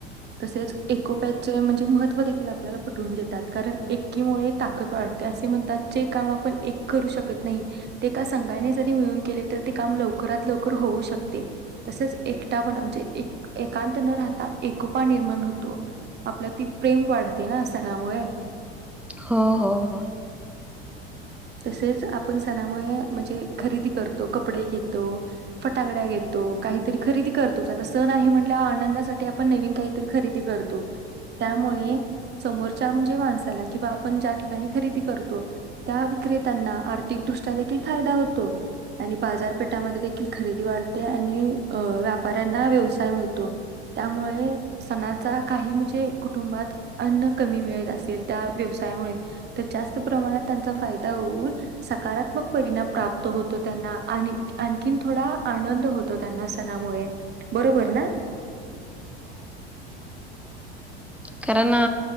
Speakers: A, on the right; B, in the centre.
A: तसेच एकोप्याचे म्हणजे मह- त देखील आपल्याला पटवून देतात कारण एकीमुळे ताकद वाढ- ते असे म्हणतात जे काम आपण एक करू शकत नाही, ते एका संघाने जरी मिळून केले तर ते काम लवकरात- लवकर होऊ शकते तसेच एकटापणा म्हणजे एक एकांत न राहता- निर्माण होतो. आपल्यातील प्रेम वाढते ना? सणामुळे.
B: हो हो हो.
A: तसेच आपण सणामुळे म्हणजे खरेदी करतो, कपडे घेतो, फटाकड्या घेतो, काहीतरी खरेदी करतोच आता सण आहे म्हणल्यावर आनंदासाठी आपण नवीन काहीतरी खरेदी करतो, त्यामुळे समोरच्या म्हणजे माणसाला किंवा आपण ज्या ठिकाणी खरेदी करतो, त्या- विक्रेत्यांना आर्थिकदृष्ट्या देखील फायदा होतो, आणि बाजारपेठामध्ये देखील खरेदी वाढते, आणि व्यापाऱ्यांना व्यवसाय मिळतो, त्यामुळे सणाचा काही म्हणजे कुटुंबात अन्न कमी मिळत असेल त्या व्यवसायामुळे तर जास्त प्रमाणात- फायदा होऊन सकारात्मक परिणाम प्राप्त होतो त्यांना. आणखीन थोडा आनंद होतो त्यांना सणामुळे बरोबर ना?
B: खर ना